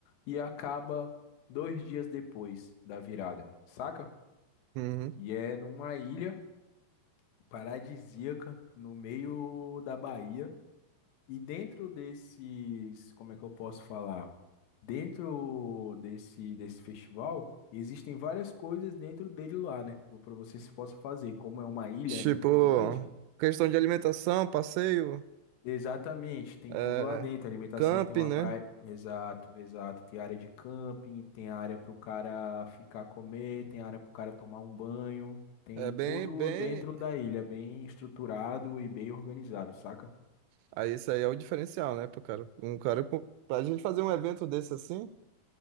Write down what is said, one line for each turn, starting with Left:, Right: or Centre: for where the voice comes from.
Left: e acaba dois dias depois da virada, saca?
Right: Uhum.
Left: E é numa ilha paradisíaca no meio da Bahia. E dentro desses, como é que eu posso falar? Dentro desse, desse festival, existem várias coisas dentro dele lá, né? Para você se possa fazer. Como é uma ilha,
Right: Tipo,
Left: é muito grande.
Right: questão de alimentação, passeio,
Left: Exatamente, tem
Right: é...
Left: tudo lá dentro. Alimentação
Right: camping,
Left: tem uma
Right: né?
Left: praia. Exato, exato. Tem área de camping, tem área para o cara ficar comer, tem área para o cara tomar um banho. Tem
Right: É bem,
Left: tudo
Right: bem...
Left: dentro da ilha, bem estruturado e bem organizado, saca?
Right: Aí isso aí é o diferencial, né, pro cara. Um cara... com- Pra gente fazer um evento desse assim...